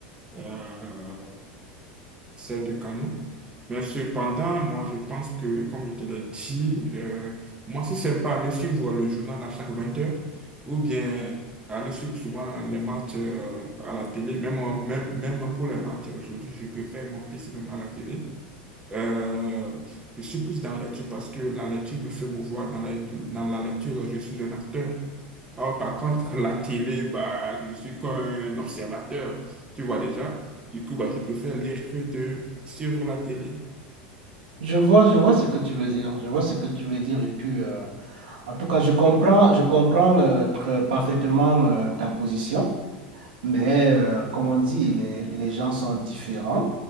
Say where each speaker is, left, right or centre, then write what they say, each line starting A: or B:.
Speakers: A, on the right; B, on the right.
A: euh, ces deux canaux. Mais cependant, moi, je pense que, comme je te l'ai dit, euh, moi, si c'est pas aller suivre le journal à chaque 20 heures, ou bien aller suivre souvent les matchs euh, à la télé, même, en- même, même pour les matchs aujourd'hui, je préfère mon PC même à la télé. Euh, je suis plus dans la lecture parce que la lecture me fait mouvoir. Dans la, dans la lecture, je suis un acteur. Alors, par contre, <laughs> la télé, bah, je suis comme un observateur. Tu vois déjà? Du coup, bah, je préfère lire que de suivre la télé.
B: Je vois, je vois ce que tu veux dire. Je vois ce que tu veux dire. Et puis, euh, en tout cas, je comprends, je comprends euh, très parfaitement euh, ta position. Mais euh, comme on dit, les, les gens sont différents